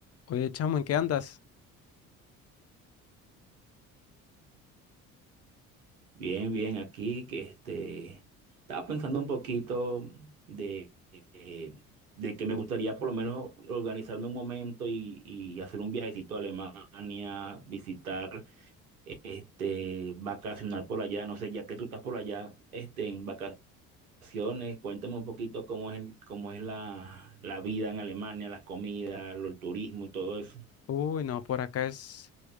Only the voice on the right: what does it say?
Bien, bien, aquí que este estaba pensando un poquito de, eh, de que me gustaría por lo menos organizarme un momento y, y hacer un viajecito a Alemania, visitar, eh, este, vacacionar por allá. No sé, ya que tú estás por allá, este, en vacaciones, cuéntame un poquito cómo es el- cómo es la, la vida en Alemania, las comidas, lo- el turismo y todo eso.